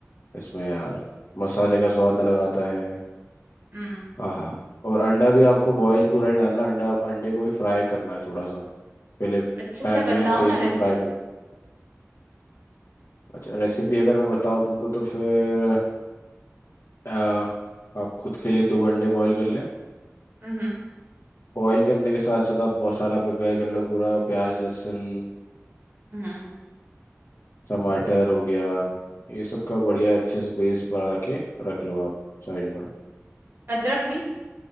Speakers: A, on the left; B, on the right.
A: इसमें यार मसाले का स्वाद अलग आता है
B: हुँ,
A: हाँ और अंडा भी आपको बॉयल पूरा ही डालना अंडा अंडे को भी फ्राई करना है थोड़ा सा पहले
B: अच्छे
A: पैन
B: से बताओ
A: में तेल
B: ना
A: में
B: रेसिपी
A: फ्राई कर लो अच्छा रेसिपी अगर मैं बताऊँ तुमको तो फिर अ, आप खुद के लिए दो अंडे बॉईल कर लें
B: हुँ, हुँ,
A: बॉईल करने के साथ साथ आप मसाला प्रिपेयर कर लो पूरा प्याज लहसुन
B: हुँ,
A: टमाटर हो गया ये सब का बढ़िया अच्छे से पेस्ट बना के रख लो आप साइड में
B: अदरक भी?